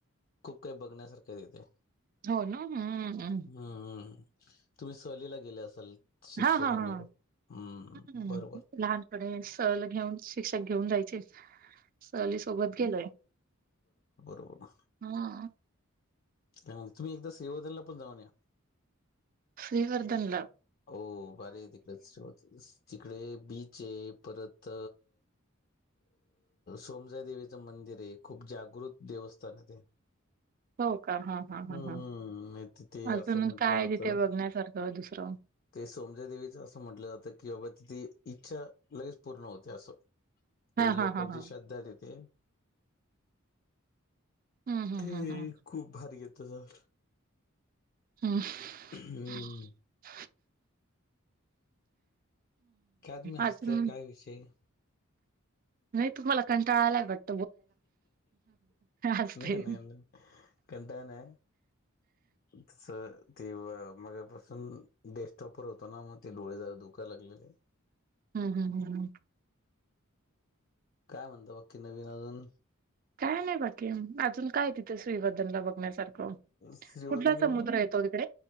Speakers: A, on the left; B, on the right.
A: खूप काही बघण्यासारखं, तिथे.
B: होन हम्म् हम्म.
A: हम्म ह्म, तुम्ही सहलीला गेले असाल, शिक्षकांनी
B: हा हा हा
A: <unintelligible> हम्म.
B: हम्म,
A: बरोबर
B: लहानपणी सहल घेऊन, शिक्षक घेऊन जायचे सहली सोबत गेलोय.
A: होणा.
B: हां.
A: त्यामुळं, तुम्ही एकदा सेवदनला, पण जाऊन या.
B: श्रीवर्धन ला?
A: हो भारी तिकडं श्रो तिकडे बीच ये, परत सोम <unintelligible> देवीचं मंदिर ये, खूप जागृत देवस्थान ये, ते.
B: हो का, हं हं
A: हम्म
B: हं हं
A: नाही तिथे
B: अजून
A: असं म्हटलं
B: काय,
A: जातं
B: तिथे बघण्यासारखं, दुसरं?
A: ते सोमज्यादेवीचं असं म्हटलं जातं की, बाबा तिथ इच्छा, लगेच पूर्ण होते असं पही
B: हा हा
A: लोकांची,
B: हा हा
A: श्रद्धा तिथे.
B: हम्म हम्म
A: ते
B: हम्म हम्म
A: खूप भारीये तुझं
B: ह्म.
A: हम्म
B: <unintelligible>
A: का तुम्ही हसताय,
B: अजून
A: काय विषय?
B: नही तुम्हाला कंटळा आलाय, वाट असते.
A: नही नही न, कंटाळा नाय तस ते व मघापासून डेस्टॉपवर होतो ना, म ते डोळे जरा दुखाय लागलेले.
B: हम् हम ह्म.
A: काय म्हणता, बाकी नवीन अजून?
B: काय नही बाकी, अजून काय तिथ श्रीवर्दनला, बघण्यासारखं.
A: श्री वर्धनला
B: कुठला समुद्र येतो तिकडे?